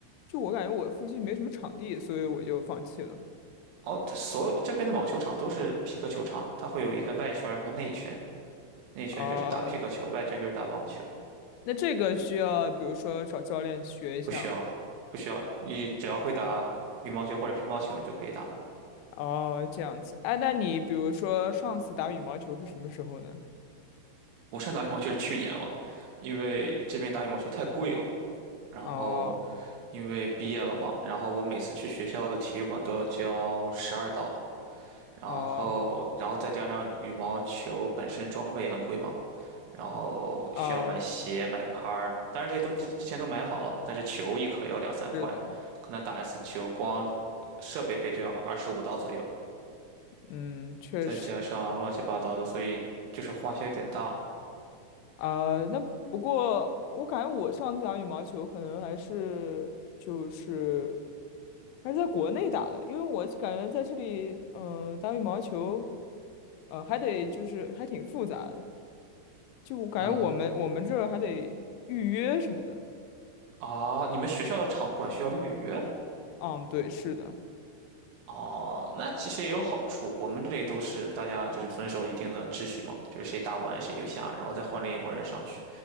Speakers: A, on the left; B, on the right.
A: 就我感觉我附近没什么场地，所以我就放弃了。
B: 哦，它所有这边的网球场都是匹克球场，它会有一个外圈儿和内圈，内圈就是打匹克球，
A: 啊、
B: 外圈就是打网球。
A: 那这个需要比如说找教练学一下吗？
B: 不需要，不需要，你只要会打羽毛球或者乒乓球，你就可以打。
A: 哦，这样子。哎，那你比如说上次打羽毛球是什么时候呢？
B: 我上打羽毛球是去年了，因为这边打羽毛球太贵了，然后。
A: 哦
B: 因为毕业了嘛，然后我每次去学校的体育馆都要交十二刀，然后然后再加上羽毛球本身装备也很贵嘛，
A: 哦
B: 然后需要买鞋、
A: 哦，
B: 买拍儿，当然这些都之之前都买好了，但是球一颗也要两三块，
A: 是的，
B: 可能打一次球光设备费就要二十五刀左右，
A: 嗯，确实。
B: 再加上乱七八糟的，所以就是花销有点大。
A: 啊、那不过我感觉我上次打羽毛球可能还是就是还是在国内打的，因为我感觉在这里，嗯、打羽毛球，呃，还得就是还挺复杂的，就我感觉我们我们这儿还得预约什么的。
B: 嗯啊，你们学校的场馆需要预约？
A: 嗯，对，是的，
B: 哦，那其实也有好处。我们这里都是大家就是遵守一定的秩序嘛，就是谁打完谁就下，然后再换另一拨人上去。